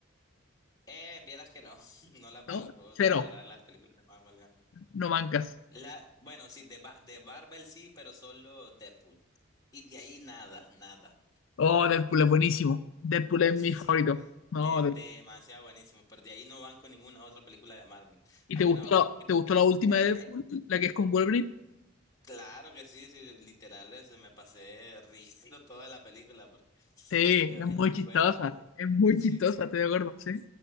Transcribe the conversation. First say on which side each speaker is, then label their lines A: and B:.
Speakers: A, on the left; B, on the left.
A: Eh, vieras que no, <laughs> no las
B: ¿No?
A: banco,
B: Cero,
A: la verdad, las películas de Marvel. no.
B: no bancas.
A: La, bueno, sí, de, Ba- de Marvel sí, pero solo Deadpool. Y de ahí nada, nada.
B: Oh, Deadpool es buenísimo. Deadpool es
A: Sí,
B: mi favorito.
A: sí,
B: No,
A: de,
B: Deadpool.
A: demasiado buenísimo, pero de ahí no banco ninguna otra película de Marvel.
B: ¿Y
A: A
B: te
A: menos
B: gustó,
A: que...
B: te gustó la última
A: El,
B: de Deadpool,
A: e,
B: la que es con Wolverine?
A: Claro que sí, sí, literal, eh, se me pasé riendo Sí. toda la película, porque-
B: Sí,
A: pero
B: es
A: es
B: muy
A: muy
B: chistosa,
A: buena, es muy buena.
B: es muy
A: Sí,
B: chistosa, estoy de acuerdo, sí,